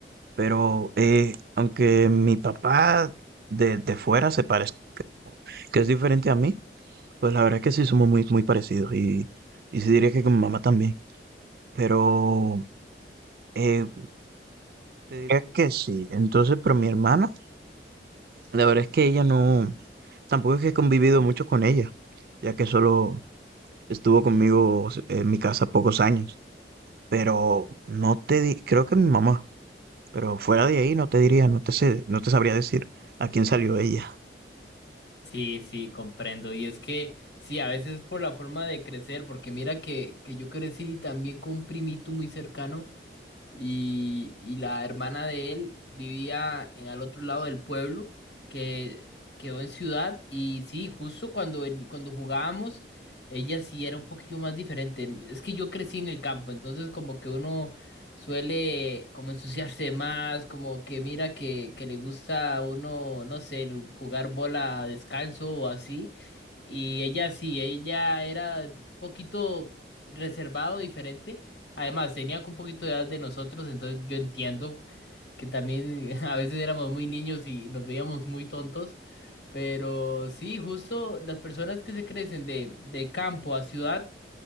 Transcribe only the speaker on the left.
Sí, sí, comprendo. Y es que, sí, a veces por la forma de crecer, porque mira que, que yo crecí también con un primito muy cercano y, y la hermana de él vivía en al otro lado del pueblo, que quedó en ciudad, y sí, justo cuando, ven- cuando jugábamos, ella sí era un poquillo más diferente. Es que yo crecí en el campo, entonces como que uno suele como ensuciarse más, como que mira que, que le gusta a uno, no sé, el jugar bola descalzo o así, y ella sí, ella era un poquito reservado, diferente. Además, tenía un poquito de edad de nosotros, entonces yo entiendo que también <laughs> a veces éramos muy niños y nos veíamos muy tontos, pero sí, justo las personas que se crecen de, de campo a ciudad,